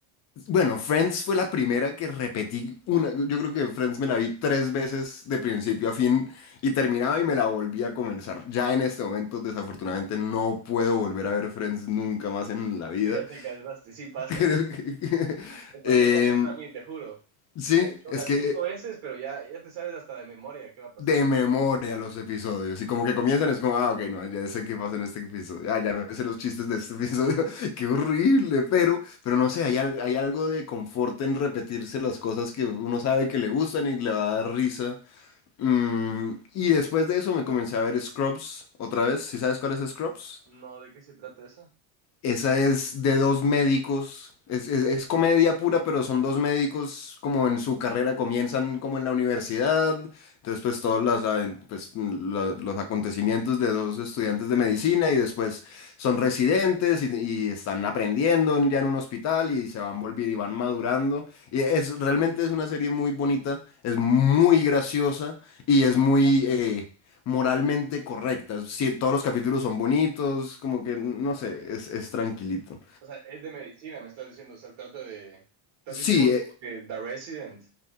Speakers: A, on the left; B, on the right.
A: Bueno, Friends fue la primera que repetí una, yo creo que Friends me la vi tres veces de principio a fin y terminaba y me la volví a comenzar. Ya en este momento, desafortunadamente, no puedo volver a ver Friends nunca más en la vida.
B: que ya te cansaste, sí pasa.
A: Creo que... <laughs>
B: Me pasó
A: Em,
B: igualito a mí, te juro.
A: sí,
B: Me he dicho
A: es
B: unas
A: que
B: cinco veces, pero ya, ya te sabes hasta de memoria qué va a pasar.
A: de memoria los episodios. Y como
B: Ajá.
A: que comienzan, es como, ah, ok, no, ya sé qué pasa en este episodio. Ah, ya me sé los chistes de este episodio. <laughs> Qué horrible, pero, pero no sé, hay, al- hay algo de confort en repetirse las cosas que uno sabe que le gustan y le va a dar risa. Mm, y después de eso me comencé a ver Scrubs otra vez. ¿Sí sabes cuál es Scrubs?
B: No, ¿de qué se trata eso?
A: Esa es de dos médicos, es, es- es comedia pura, pero son dos médicos como en su carrera, comienzan como en la universidad, entonces pues todos las, aven- pues, la- los acontecimientos de dos estudiantes de medicina y después son residentes y, y están aprendiendo en- ya en un hospital y se van volviendo y van madurando. Y es, realmente es una serie muy bonita, es muy graciosa y es muy... eh, moralmente correcta. Sí, todos los capítulos son bonitos, como que, no sé, es, es tranquilito.
B: O sea, es de medicina, me estás diciendo. O sea, trata de. ¿Te
A: Sí,
B: has visto igual
A: eh,
B: como que The Resident?